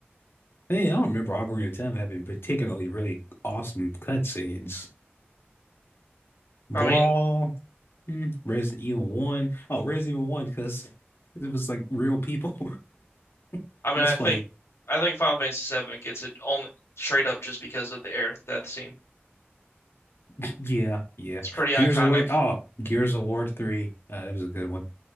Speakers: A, on the left (about 65°); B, on the left (about 85°).
A: Hey, I don't remember Ocarina of Time having particularly really awesome cutscenes. Brawl,
B: I mean,
A: mm, Resident Evil 1. Oh, Resident Evil 1, because <laughs> it was like real people. <laughs>
B: I mean,
A: That's
B: I
A: funny.
B: think, I think Final Fantasy VII gets it only straight up just because of the Aerith death scene.
A: <clears throat> Yeah, yeah.
B: It's pretty iconic.
A: Gears of War. Oh, Gears of War 3. Uh, that was a good one.